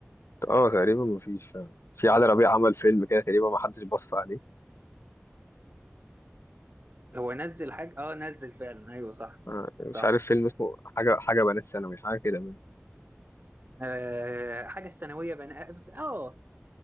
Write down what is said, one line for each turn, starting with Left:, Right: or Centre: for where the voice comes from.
Left: اه تقريبا ما فيش فعلا في علي ربيع عمل فيلم كده تقريبا ما حدش بص عليه
Right: هو نزل حاجه اه نزل فعلا ايوه صح
Left: آه، مش
Right: صح
Left: عارف فيلم اسمه حاجه حاجه بنات ثانوي حاجه كده من
Right: آه، حاجه الثانويه بنقى اه